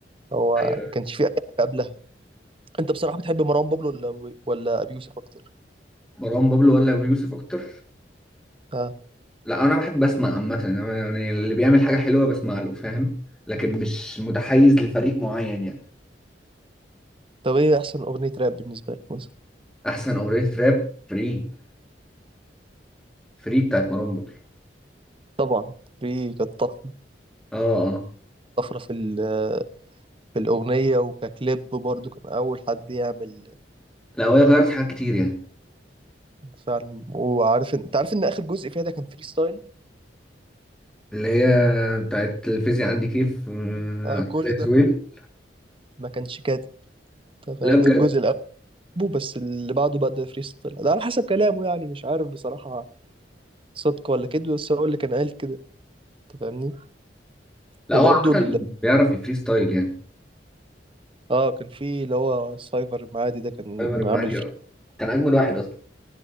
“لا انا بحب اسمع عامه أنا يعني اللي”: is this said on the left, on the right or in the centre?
Centre